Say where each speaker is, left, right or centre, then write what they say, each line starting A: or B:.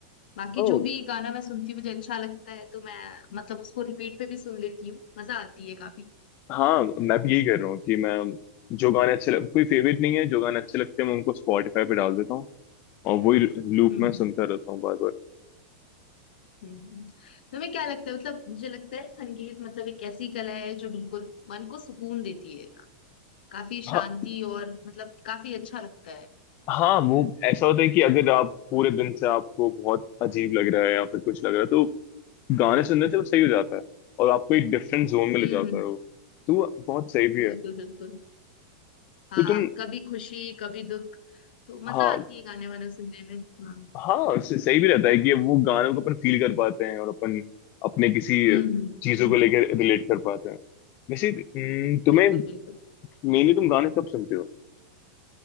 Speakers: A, on the left; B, on the left.
A: बाकी
B: ओह
A: जो भी गाना मैं सुनती हूँ मुझे अच्छा लगता है तो मैं मतलब उसको रिपीट पे भी सुन लेती हूँ मजा आती है काफी
B: हाँ मैं भी यही कर रहा हूँ कि मैं जो गाने अच्छे लग कोई फेवरेट नहीं है जो गाने अच्छे लगते हैं मैं उनको स्पॉटिफाई पे डाल देता हूँ और वही लूप
A: हम्म
B: में सुनता रहता हूँ बार बार
A: हम्म, हम्म। तुम्हें क्या लगता है मतलब मुझे लगता है संगीत मतलब एक ऐसी कला है जो बिल्कुल मन को सुकून देती है काफी
B: हाँ
A: शांति और मतलब काफी अच्छा लगता है
B: हाँ वो ऐसा होता है कि अगर आप पूरे दिन से आपको बहुत अजीब लग रहा है या फिर कुछ लग रहा है तो गाने सुनने से वो सही हो जाता है और आपको एक डिफरेंट जोन में
A: हम्म
B: ले जाता है वो तो वो बहुत सही भी है
A: बिल्कुल बिल्कुल हाँ
B: तो तुम
A: कभी खुशी कभी दुख तो
B: हाँ
A: मजा आती है गाने वाने सुनने में हाँ
B: हाँ स- सही भी रहता है कि वो गानों को अपन फील कर पाते हैं और अपन अपने किसी
A: हम्म हम्म
B: चीजों
A: हम्म,
B: को लेकर रिलेट कर पाते हैं वैसे हम्म, तुम्हें
A: बिल्कुल बिल्कुल
B: मेनली तुम गाने कब सुनते हो